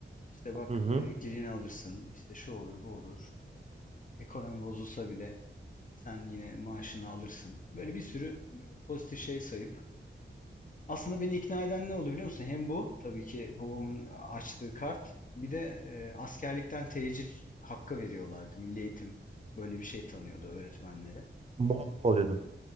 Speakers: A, on the left; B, on the right.
A: İşte bak
B: Hı hı.
A: emekliliğini alırsın, işte şu olur, bu olur. Ee, ekonomi bozulsa bile sen yine maaşını alırsın. Böyle bir sürü pozitif şey sayıp. Aslında beni ikna eden ne oldu biliyor musun? Hem bu, tabii ki babamın açtığı kart, bir de e, askerlikten tecil hakkı veriyorlardı. Milli Eğitim böyle bir şey tanıyordu öğretmenlere.
B: Muaf mı oluyordun?